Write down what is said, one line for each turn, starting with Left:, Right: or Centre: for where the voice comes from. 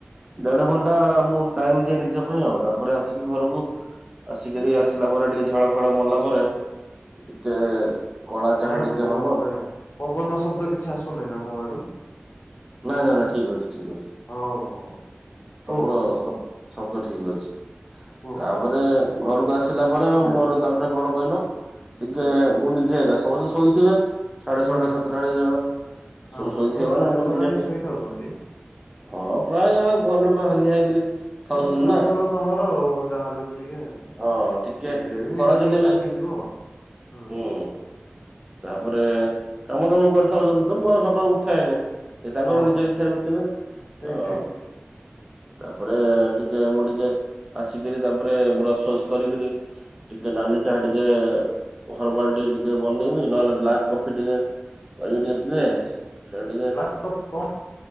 Right: ଦେଢ ଘଣ୍ଟା ମୁଁ ଟାଇମ୍ ଦିଏ ନିଜ ପାଇଁ ଆଉ ତାପରେ ଆସିକି ଘରକୁ ଆସିକିରି ଆସିଲା ପରେ ଟିକେ ଝାଳ ଫେଳ ମଲା ପରେ ଟିକେ କଳା ଚାହା
Left: ଭାଇନା
Right: ଟିକେ
Left: ପ
Right: ହବ
Left: ବେ ପବନ ଶବ୍ଦ କିଛି ଆସୁନି ନା ମୋ ଆଡୁ?
Right: ନାଇଁ ନାଇଁ ନାଇଁ ଠିକ୍ ଅଛି ଠିକ୍ ଅଛି
Left: ହଉ ହଉ ହଉ। କୁହ
Right: ତମର
Left: କୁହ
Right: ଶବ୍ଦ ଠିକ୍ ଅଛି।
Left: କୁହ
Right: ତାପରେ
Left: କୁହ କୁହ
Right: ଘରକୁ ଆସିଲା ପରେ ମୋର ତାପରେ କଣ କଇଲ? ଟିକେ ମୁଁ ନିଜେ ଆକା ସମସ୍ତେ ଶୋଇଥିବେ ସାଢେ
Left: ହୁଁ
Right: ଛଅଟା ସାତଟା ହେଇଯାଏ।
Left: ହଁ
Right: ସବୁ
Left: ହଁ
Right: ସୋଇଥିବେ
Left: ଓ
Right: ମାନେ
Left: ସାଢେ
Right: ମୁଁ
Left: ଛଅଟା
Right: ନିଜେ
Left: ଯାଏ
Right: ଟି
Left: ଶୋଇଥାଉଛନ୍ତି।
Right: ହଁ ପ୍ରାୟେ ଆଉ ଭଲ। ବ ହାଲିଆ ହେଇକିରି। ଥାଉଛନ୍ତି
Left: ଏ ଶୀତ
Right: ନା
Left: ଅଞ୍ଚଳ ତମର ଆଉ ଯାହାହେଲେ ବି ଟିକେ ଆଉ।
Right: ହଁ ଟିକେ
Left: ଏମିତିରେ ବି
Right: ଖରା
Left: ନିଦ
Right: ଦିନେ
Left: ଟିକେ
Right: ବି
Left: ଲାଗିଯିବ ହଁ।
Right: ହୁଁ ତାପରେ କାମ ଦାମ କରିଥାଅନ୍ତି ତ ମୁଁ ଆଉ ସକାଳୁ ଉଠାଏ ନି। ସିଏ ତାଙ୍କର
Left: ହଁ
Right: ନିଜ ଇଚ୍ଛାରେ ଉଠିବେ
Left: ଠିକ
Right: ହଁ।
Left: ଠିକ ଠିକ।
Right: ତାପରେ ଟିକେ ମୁଁ ଟିକେ ଆସିକିରି ତାପରେ ବ୍ରସ୍ ଫସ୍ କରିକିରି ଟିକେ ନାଲି ଚାହା ଟିକେ <inaudible> ଟିକେ ବନେଇବି ନହେଲେ ବ୍ଲାକ୍ କଫି ଟିକେ କରିକି ଟିକେ ପିଇେ ଚାହା ଟିକିଏ।
Left: <inaudible>